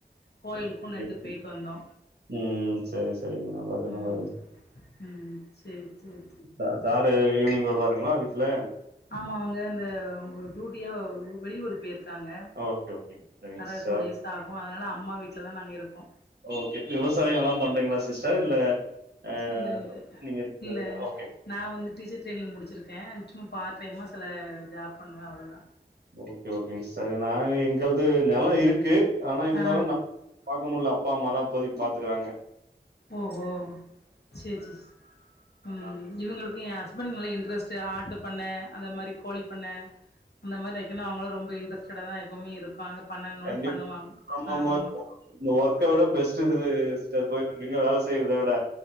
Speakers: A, on the left; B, on the right.
A: கோயிலுக்கு
B: ஓகே
A: நேத்து
B: ஓகே
A: போயிட்டு வந்தோ
B: ம் செரி செரிங்க நல்லது நல்லது
A: ம் ம் சேரி சேரி
B: ச சாரு ஈவினிங் வருவாருங்களா வீட்ல
A: ஆமா அவுங்க இந்த உங்க டியூட்டியா வெளியூரு போயிருக் காங்க
B: ஓகே ஓகே சரிங்க
A: வர
B: சிஸ்டர்
A: டூ டேஸ் ஆகு அதனால அம்மா வீட்ல தா நாங்க இருக்கோ
B: ஓகே விவசாயல்லா பண்றீங்களா சிஸ்டர் இல்ல ஆ
A: இல்ல இல்ல
B: நீங்க இருக்கிறது
A: இல்ல
B: ஓகே
A: நா வந்து டீச்சர் ட்ரைனிங் முடிச்சிருக்கே சும்மா பார்ட் டைமா சில ஜாப் பண்ணுவே அவ்ளோதா
B: ஓகே ஓகேங்க சிஸ்டர் நாங்க எங்கள்து நெலோ இருக்கு ஆனா இருந்தாலு
A: ஆ
B: நா பாக்க முல்ல அப்பா அம்மாதா இப்பதைக்கு பாத்துக்குறாங்க
A: ஓஹோ சேர் சே சே ம்
B: ஆ
A: இவுங்களுக்கு என் ஹஸ்பண்ட்டுக் நல்ல இன்ட்ரஸ்ட்டு ஆட்டு பண்ண அந்தமாரி கோழி பண்ண அந்தமாரி வைக்கணு அவுங்களு ரொம்ப இன்ரெஸ்ட்டடா தா எப்பவுமே இருப்பாங்க பண்ணனுன்
B: கண்டிப்
A: பண்ணுவாங்க
B: ஆமாமா
A: ஆமா
B: இந்த ஒர்க்க விட பெஸ்ட்டு இது சிஸ்டர் போய் அங்கங்க வேலை செய்றத விட